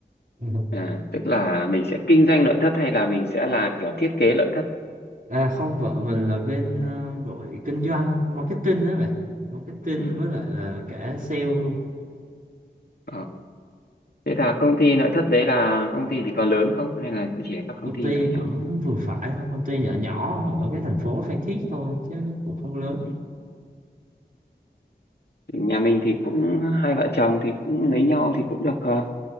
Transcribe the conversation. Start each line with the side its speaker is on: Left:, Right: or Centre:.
Right: Ừ.
Left: à, tức là mình sẽ kinh doanh nội thất hay là mình sẽ là kiểu thiết kế nội thất
Right: À không, vợ mình là bên ờ, đội kinh doanh, marketing đấy bạn. Marketing
Left: ừ.
Right: với lại là cả sale luôn.
Left: ờ. Thế là công ty nội thất đấy là công ty thì có lớn không hay là cũng chỉ là các công
Right: Công
Left: ty
Right: ty
Left: nhỏ nhỏ
Right: cũng vừa phải thôi, công ty nhỏ nhỏ ở cái thành phố Phan Thiết thôi chứ cũng không lớn.
Left: ừ. Thì nhà mình thì cũng hai vợ chồng thì cũng lấy nhau thì cũng được uh,